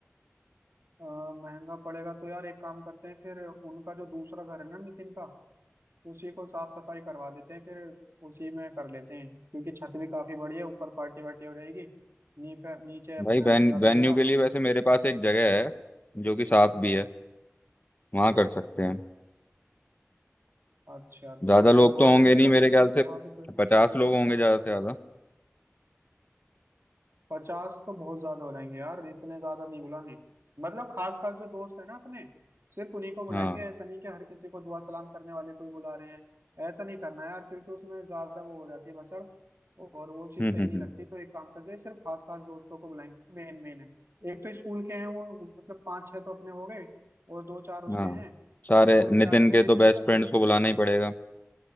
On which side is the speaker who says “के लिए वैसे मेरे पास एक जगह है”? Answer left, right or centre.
Left